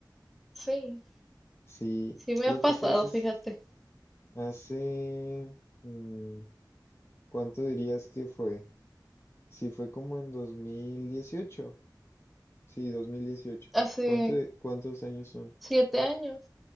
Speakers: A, in the centre; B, on the left (about 35°).
A: Sí,
B: Sí,
A: sí me
B: lo
A: ha pasado,
B: que pasa
A: fíjate.
B: es Hace, mm, ¿cuánto dirías que fue? Si fue como en 2018. Sí, 2018.
A: Hace
B: ¿Cuánto, cuántos años son?
A: siete años.